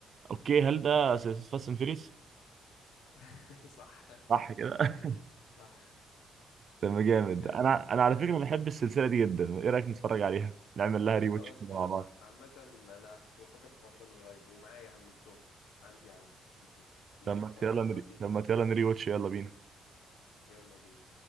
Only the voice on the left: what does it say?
<laughs> صح <laughs>
صح
جامد
جامد
خلاص
مش
عامة انا كنت بفكر في الحوار ده من قريب ومعايا حملتهم عندي على البي سي تيجي
ننزل نتفرج
عليهم
دلوقتي
يلا بينا